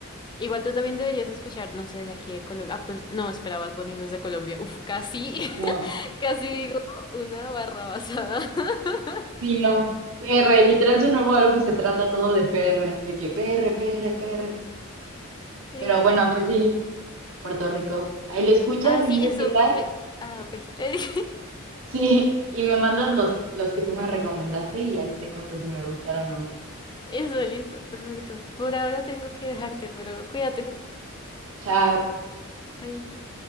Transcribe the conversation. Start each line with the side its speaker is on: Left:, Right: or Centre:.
Left: igual tú también deberías escuchar, no sé, de aquí de Colombia. Ah, pues no, espera, Bad Bunny no es de Colombia. Uf, casi,
Right: no,
Left: <laughs> casi digo una barra basada. <laughs>
Right: sí, no. PR, literal su nuevo álbum se trata todo de PR, de que PR, PR, PR.
Left: PR.
Right: Pero bueno, pues sí. Puerto Rico. Ahí lo escuchas
Left: Ah,
Right: y
Left: sí,
Right: me dices
Left: eso.
Right: qué tal.
Left: pe-
Right: <laughs>
Left: Ah, ok. <laughs>
Right: Sí, y me mandas los, los que tú me recomendaste y ahí te cuento si me gustaron o no.
Left: Eso, listo, perfecto. Por ahora tengo que dejarte, pero cuídate.
Right: Chao.
Left: Bye.